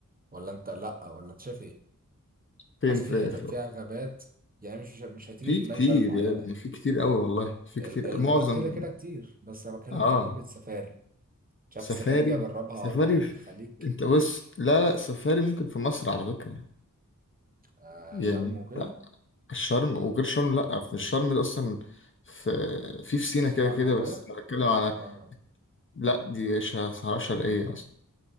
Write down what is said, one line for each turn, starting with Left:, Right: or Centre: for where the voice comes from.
Right: ولا انت لا ولا انت شايف ايه
Left: فين
Right: حاسس
Left: في,
Right: في حتت
Left: في
Right: فيها غابات يعني مش مش مش هتيجي
Left: في
Right: في دماغي
Left: كتير
Right: بلد معينه
Left: يعني
Right: يعني.
Left: في كتير قوي والله في
Right: ال-
Left: كتير
Right: الغابات
Left: معظم
Right: كده كده كتير بس انا بتكلم
Left: اه
Right: بقى على فكره السفاري شايف
Left: سفاري
Right: السفاري دي اجربها
Left: سفاري
Right: ناحية
Left: في-
Right: الخليج
Left: انت بص لا لا سفاري ممكن في مصر على فكرة
Right: آه
Left: يعني
Right: شرم وكده
Left: بتاع الشرم وغير شرم لا في الشرم ده اصلا في في في سينا
Right: الصحراء
Left: كده كده
Right: الغربية
Left: بس انا بتكلم على
Right: الصحراء الغربية
Left: لا دي ش- صحراء شرقية اصلا